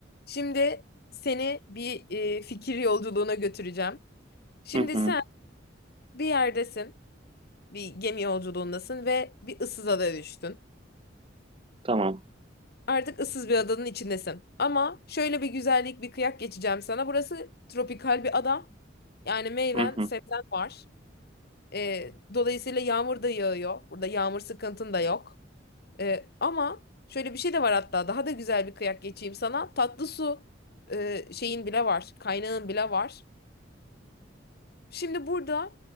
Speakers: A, on the left; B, on the right.
A: Şimdi seni bir e, fikir yolculuğuna götüreceğim. Şimdi
B: Hı hı,
A: sen bir yerdesin, bir gemi yolculuğundasın ve bir ıssız adaya düştün.
B: tamam.
A: Artık ıssız bir adanın içindesin. Ama şöyle bir güzellik, bir kıyak geçeceğim sana. Burası tropikal bir ada. Yani meyven,
B: Hı hı,
A: sebzen var. E, dolayısıyla yağmur da yağıyor. Burada yağmur sıkıntın da yok. E, ama şöyle bir şey de var hatta. Daha da güzel bir kıyak geçeyim sana. Tatlı su e, şeyin bile var. Kaynağın bile var. Şimdi burada